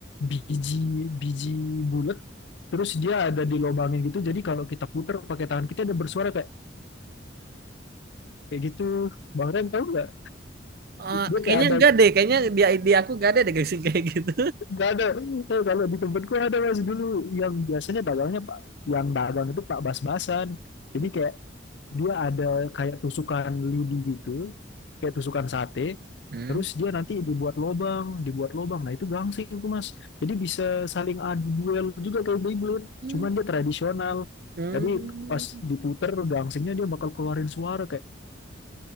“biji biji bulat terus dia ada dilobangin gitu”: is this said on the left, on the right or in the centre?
Left